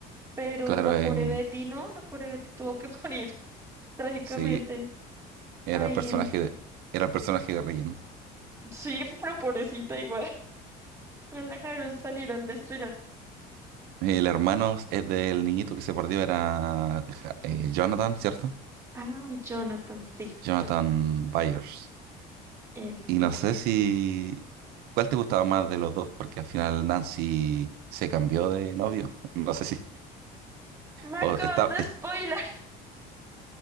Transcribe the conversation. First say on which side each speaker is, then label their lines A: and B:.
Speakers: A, on the right; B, on the right.
A: pero
B: Claro,
A: la pobre
B: eh,
A: Betty no, la pobre Betty tuvo que morir <laughs> trágicamente.
B: sí, era
A: Ahí
B: el personaje,
A: en...
B: de- era el personaje de relleno.
A: Sí, <laughs> pero pobrecita igual. No la dejaron salir al estrellato.
B: El hermano es del niñito que se perdió era eh, Jonathan, ¿cierto?
A: Ay, Jonathan, sí,
B: Jonathan
A: Jonathan.
B: Byers.
A: Él,
B: Y
A: él.
B: no sé si... ¿Cuál te gustaba más de los dos? Porque al final Nancy se cambió de novio. <laughs> No sé si...
A: Me
B: o
A: acabas
B: está...
A: de
B: es-
A: spoiler